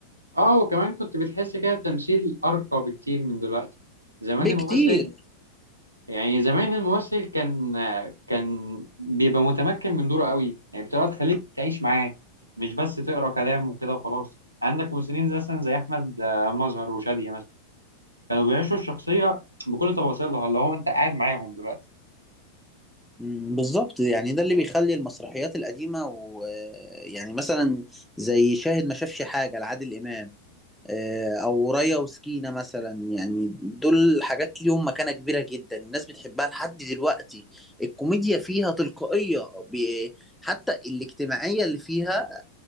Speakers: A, on the right; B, in the centre.
A: اه وكمان كنت بتحس كده التمثيل أرقى بكتير من دلوقتي زمان
B: بكتير
A: الممثل يعني زمان الممثل كان كان بيبقى متمكن من دوره قوي يعني بتبقى تخليك تعيش معاه مش بس تقرا كلام وكده وخلاص عندك ممثلين مثلا زي احمد آه، مظهر وشادية مثلا كانوا بيعيشوا الشخصيه بكل تفاصيلها اللي هو انت قاعد معاهم دلوقتي
B: مم، بالظبط يعني ده اللي بيخلي المسرحيات القديمة ويعني مثلا زي شاهد ما شافش حاجة لعادل إمام آه، او ريا وسكينة مثلا يعني دول حاجات ليهم مكانة كبيرة جدا الناس بتحبها لحد دلوقتي الكوميديا فيها تلقائية ب- حتى الاجتماعية اللي فيها